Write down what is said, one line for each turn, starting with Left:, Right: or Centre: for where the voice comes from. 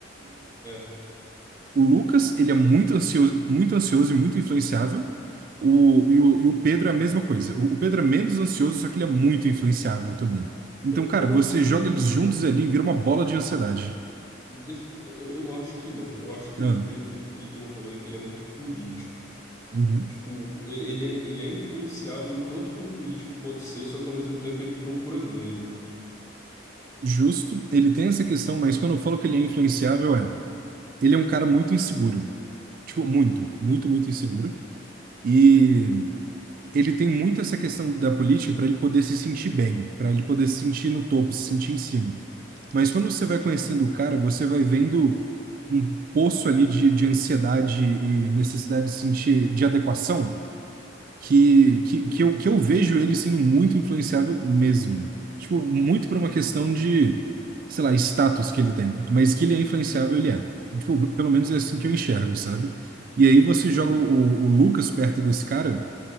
Left: É.
Right: O Lucas, ele é muito ansioso, muito ansioso e muito influenciável. O, e, o, e o Pedro é a mesma coisa. O, o Pedro é menos ansioso, só que ele é muito influenciável também. Então,
Left: Eu,
Right: cara,
Left: eu- eu
Right: você
Left: diria
Right: joga
Left: que
Right: eles
Left: não.
Right: juntos ali e vira uma bola de ansiedade.
Left: Deixa- eu, eu acho que não. Eu acho que
Right: Ah,
Left: o Pedro, ele tem um rolê que ele é muito político.
Right: uhum.
Left: Tipo, e- ele é, ele é influenciável tanto que um político pode ser, só que ao mesmo tempo ele procura ganho.
Right: Justo. Ele tem essa questão, mas quando eu falo que ele é influenciável, é. Ele é um cara muito inseguro. Tipo, muito, muito, muito inseguro. E ele tem muito essa questão da política para ele poder se sentir bem, para ele poder se sentir no topo, se sentir em cima. Mas quando você
Left: Sim.
Right: vai conhecendo o cara, você vai vendo um poço ali de, de ansiedade e necessidade de sentir de adequação que, que,
Left: Uhum,
Right: que, eu, que eu vejo ele sendo muito influenciável mesmo. Tipo, muito por uma questão de, sei lá, status que ele tem. Mas que ele é influenciável, ele é. Tipo, pelo menos é assim que eu enxergo, sabe? E aí você
Left: uhum.
Right: joga o, o o Lucas perto desse cara